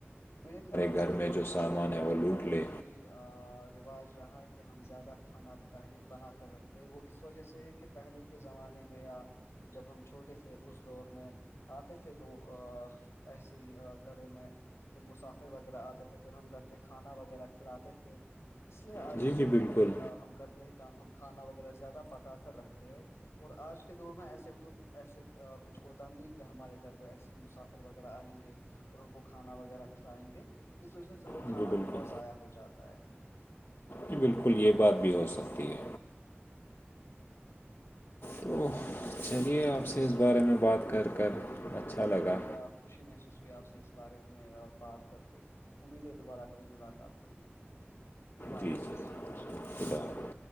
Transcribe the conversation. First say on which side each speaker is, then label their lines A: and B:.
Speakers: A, on the left; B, on the left.
A: میرے خیال سے
B: گھر میں
A: جو ہمارے
B: سامان ہے وہ لوٹ
A: گھر
B: لے
A: پہ یہ رواج رہا ہے کہ ہم زیادہ کھانا پہلے ہی بنا کر رکھتے ہیں وہ اس وجہ سے ہے کہ پہلے کے زمانے میں یا جب ہم چھوٹے تھے اس دور میں آتے تھے لوگ ایسے ہی گھروں میں پھر مسافر وغیرہ آتے تھے پھر ہم گھر پہ کھانا وغیرہ کھلاتے تھے اس لیے آج
B: جی
A: کے
B: جی
A: دور
B: بالکل
A: میں بھی ہم کرتے ہیں کام ہم کھانا وغیرہ زیادہ پکا کر رکھتے ہیں اور آج کے دور میں ایسے تو ایسے کچھ ہوتا نہیں ہے کہ ہمارے گھر پہ ایسسی مسافر وغیرہ آئیں گے اور ان کو کھانا وغیرہ کھلائیں گے اس وجہ سے پھر وہ
B: جی
A: کھانا
B: بالکل
A: ہمارا ضائع ہو جاتا ہو تاہے
B: جی بالکل یہ بات بھی ہو سکتی ہے تو چلیے آپ سے اس بارے میں بات کر کر اچھا
A: مجھے
B: لگا
A: بھی خوشی محسوس ہوئی آپ سے اس بارے میں بات کر کے امید ہے دوبارہ کبھی ملاقات ہوگی خدا
B: جی
A: حافظ
B: جی خدا حافظ